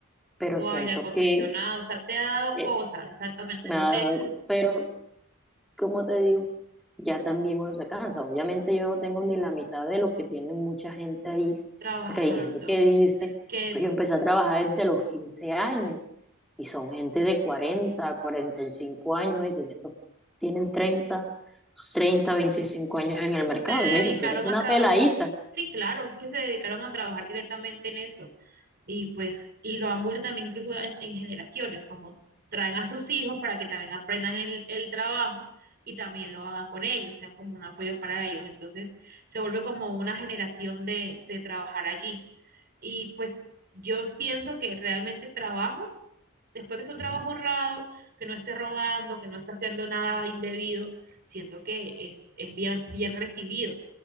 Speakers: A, in the centre; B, on the right.
A: pero
B: tu
A: siento
B: aire acondicionado,
A: que
B: o sea, te ha dado
A: eh,
B: cosas, exactamente,
A: me
B: no
A: ha
B: te
A: dado, pero como te digo, ya también uno se cansa. Obviamente yo no tengo ni la mitad de lo que tiene mucha gente ahí,
B: trabajando,
A: porque hay gente que dice,
B: que
A: pues yo empecé a trabajar desde los 15 años y son gente de cuarenta cuarenta y cinco años, uno dice, ya estos tienen treinta treinta veinticinco años en el mercado
B: se dedicaron
A: y me dicen, tú eres una
B: a trabajar,
A: peladita.
B: sí, claro, es que se dedicaron a trabajar directamente en eso, y pues, y lo han vuelto también incluso en, en generaciones, como traen a sus hijos para que también aprendan el, el trabajo y también lo hagan con ellos, sean como un apoyo para ellos, entonces se vuelve como una generación de, de trabajar allí, y pues yo pienso que realmente trabajo después que es un trabajo honrado, que no esté robando, que no esté haciendo nada indebido, siento que es, es bien, bien recibido.